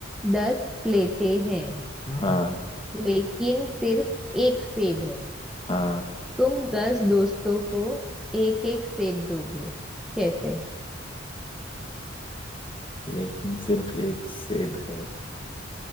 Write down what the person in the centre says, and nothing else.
दस प्लेटें हैं
लेकिन सिर्फ एक सेब है
तुम दस दोस्तों को एक एक सेब दोगे कैसे